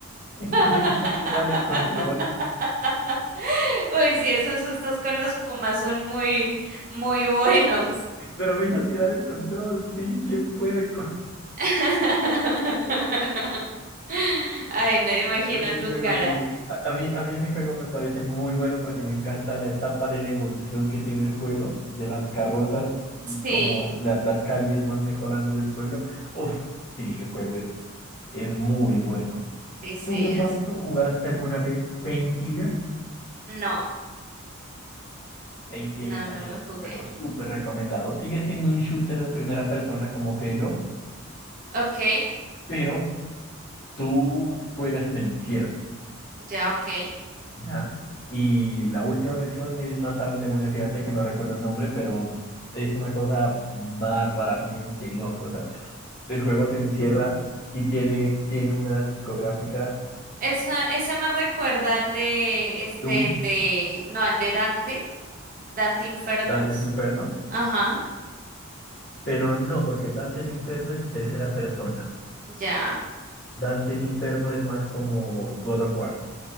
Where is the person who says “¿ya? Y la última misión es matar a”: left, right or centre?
Left